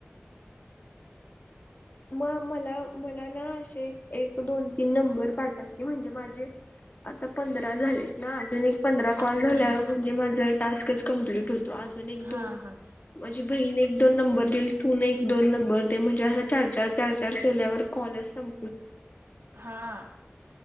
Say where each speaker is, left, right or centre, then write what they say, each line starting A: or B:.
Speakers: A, on the left; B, on the right.
A: मग मला मला ना असे एक दोन तीन नंबर पाठव ते म्हणजे माझे आता पंधरा झालेत ना, अजून एक पंधरा कॉल
B: हम्म
A: झाल्यावर म्हणजे माझं टास्कच कम्प्लीट होतो आज एक
B: हा
A: दोन
B: हा
A: माझी बहीण एक दोन नंबर दिल तूून एक दोन नंबर ते म्हणजे असं चाल चारचार केल्यावर कॉलच सं
B: हा.